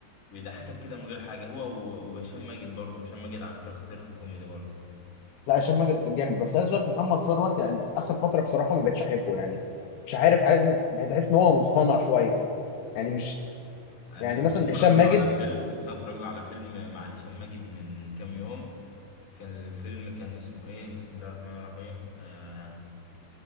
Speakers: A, on the left; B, on the left.
A: بيضحكك كده من غير حاجة هو و- وهشام ماجد برضه هشام ماجد على فكرة خطير في الكوميدي برضه
B: لا هشام ماجد جامد بس عايز اقول لك محمد ثروت يعني اخر فتره بصراحه ما بقتش احبه يعني مش عارف عايز بتحس ان هو مصطنع شويه يعني مش
A: انا
B: يعني
A: لسه
B: مثلا
A: متفرج
B: هشام
A: له
B: ماجد
A: على فيلم لسه متفرج له على فيلم مع هشام ماجد من كام يوم كان الفيلم كان اسمه ايه بسم الله الرحمن الرحيم آه